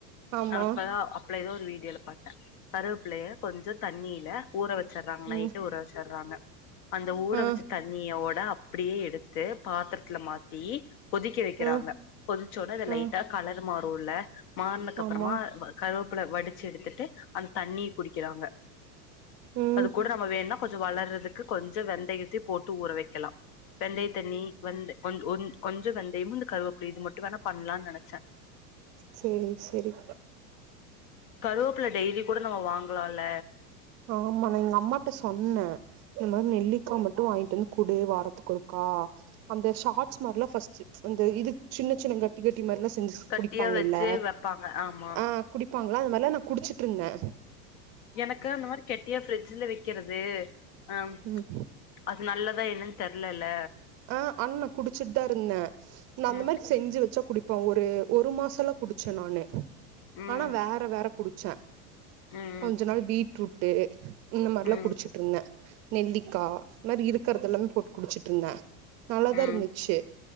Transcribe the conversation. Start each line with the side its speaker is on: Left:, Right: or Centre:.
Right: ஆமா
Left: அப்பதா அப்பல ஏதோ ஒரு வீடியோல பாத்தே கருவேப்பல்லைய கொஞ்ச தண்ணியில ஊற வச்சர்றாங்க நைட்டு
Right: ம்
Left: ஊற வச்சர்றாங்க அந்த ஊற
Right: ஆ
Left: வச்சு தண்ணியோட அப்படியே எடுத்து பாத்ரத்துல மாத்தி கொதிக்க வைக்கிறாங்க
Right: ஆ
Left: கொதிச்சொனே அத லைட்டா
Right: ஆ
Left: கலர் மாறுல்ல மாறினக்கப்பறமா
Right: ஆமா
Left: கருவப்பில வடிச்சு எடுத்துட்டு அந்த தண்ணி குடிக்கிறாங்க
Right: ம்
Left: அது கூட நம்ம வேணும்னா கொஞ்ச வளர்றதுக் கொஞ்ச வெந்தையத்தயு போட்டு ஊற வைக்கலா வெந்தய தண்ணி வெந்தை வெந்து கொஞ் கொஞ்ச வெந்தயமு இந்த கருவப்பல இது மட்டு வேணா பண்ணலான் நெனைச்சே
Right: சேரி சரி
Left: கருவேப்புல டெய்லி கூட நம்ம வாங்கலால
Right: ஆமா நா எங்கம்மாட்ட சொன்னே இந்த மா நெல்லிக்கா மட்டு வாங்கிட்டு வந்து குடு வாரத்துக்கு ஒருக்கா அந்த ஷார்ட்ஸ் மாரிலா பர்ஸ்ட்டு அந்த இது சின்ன சின்ன கட்டி கட்டி மாரிலா ஜூஸ்
Left: கட்டியா
Right: குடிப்பாங்கல்ல
Left: வச்சு வெப்பாங்க ஆமா
Right: ஆ குடிப்பாங்கல அந்த மாரிலா நா குடிச்சுட்ருந்தே
Left: எனக்கு அந்த மாரி கெட்டியா ஃபிரிட்ஜ்ல வைக்கிறது அம்
Right: ம்
Left: அப் இது நல்லதா என்னன் தெர்லல
Right: ஆ ஆனா நா குடிச்சிட்டுதா இருந்தே அந்த
Left: ம்
Right: மாரி செஞ்சு வச்சா குடிப் இப்ப ஒரு ஒரு மாசல்லா குடிச்சே நானு
Left: ம்
Right: ஆனா வேற வேற குடிச்சே
Left: ம்
Right: கொஞ்ச நாள் பீட்ரூட்டு இந்த மாரிலா
Left: ம்
Right: குடிச்சுட்ருந்தே நெல்லிக்கா இந்த மாரி இருக்கிறதெல்லாமே போட்டு குடிச்சிட்ருந்தே நல்ல தா இருந்துச்சு
Left: ம்